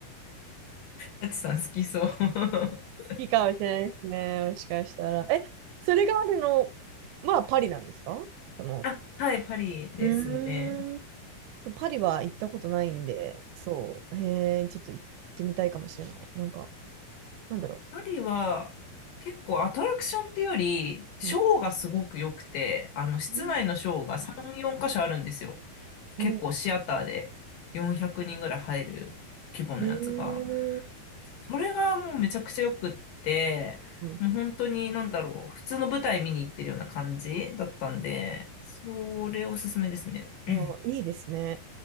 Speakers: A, on the left (about 60°); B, on the right (about 80°).
A: タチさん好きそう。<laughs>
B: きかもしれないですね。もしかしたら。え、それがあるのはパリなんですかその、
A: あ、はい、パリですね。
B: うーん。そう、パリは行ったことないんで、そう、へえ、ちょっと行ってみたいかもしれない。なんか、なんだろ
A: パリは結構アトラクションっていうより、ショーがすごく良くて、
B: う。うん。
A: あの、室内のショーが3、
B: うん
A: 4箇所あるんですよ。結構シアターで400人ぐらい入る規模のやつが。
B: お、へえ、
A: それがもうめちゃくちゃ良くって、
B: うん、
A: もう本当になんだろう、普通の舞台見に行ってるような感じだったんで、それおすすめですね。
B: あ、
A: <clears throat>
B: いいですね。